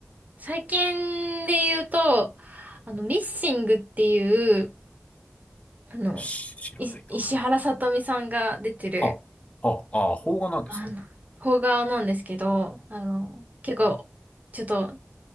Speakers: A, on the right; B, on the left.
A: 最近で言うと、あの、ミッシングっていう、あの、
B: し知らないな。
A: い石原さとみさんが出てる、
B: はあ、はあ、ああ、邦画なんですね。
A: あの、邦画なんですけど、あの、結構、ちょっと